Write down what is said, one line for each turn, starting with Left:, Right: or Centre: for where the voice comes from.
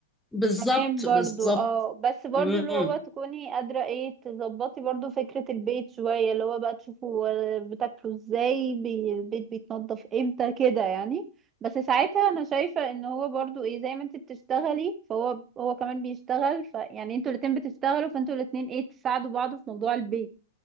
Centre: بالظبط
Right: تمام برضو
Centre: بالظبط
Right: اه بس برضو
Centre: مم.
Right: اللي هو تكوني قادرة ايه تظبطي برضو فكرة البيت شوية اللي هو بقى تشوفوا آه، بتاكلوا ازاي بي- البيت بيتنضف امتى كده يعني بس ساعتها انا شايفة ان هو برضو ايه زي ما انت بتشتغلي فهو هو كمان بيشتغل فيعني انتوا الاتنين بتشتغلوا فانتوا الاتنين ايه تساعدوا بعض في موضوع البيت